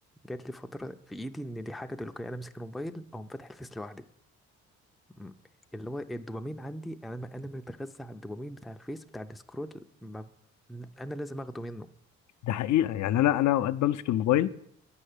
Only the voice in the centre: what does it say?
جات لي فتره في ايدي ان دي حاجه تلقائيه انا امسك الموبايل او فاتح الفيس لوحدي مم. اللي هو الدوبامين عندي انا ما انا متغذى على الدوبامين بتاع الفيس بتاع السكرول ما انا لازم اخده منه